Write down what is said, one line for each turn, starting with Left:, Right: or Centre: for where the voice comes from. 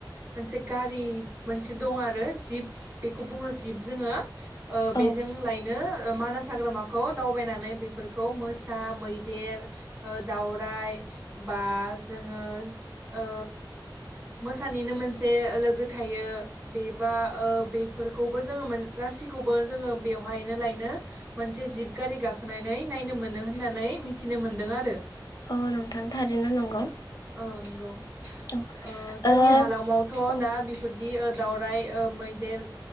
Right: मोनसे गारि मोनसे दं आरो जिब बेखौ बुङो जिब जोङो। ओ बेजों
Left: औ
Right: बेनो मानास हाग्रामाखौ दावबायनानै बेफोरखौ मोसा मैदेर ओ दावराय बा जोङो ओ मोसानिनो मोनसे लोगो थायो बेबा ओ बेफोरखौबो जोंङो गासिखौबो जोङो बेवहायनो लायनो मोनसे जिब गारि गाखोनानै नायनो मोनो होननानै मिथिनो मोनदों आरो।
Left: अ नोंथां थारै नंगौ।
Right: औ नंगौ।
Left: औ
Right: ओ जोंनि
Left: ओ
Right: हालामावथ'
Left: औ
Right: दा बेफोरदि दावराय ओ मैदेर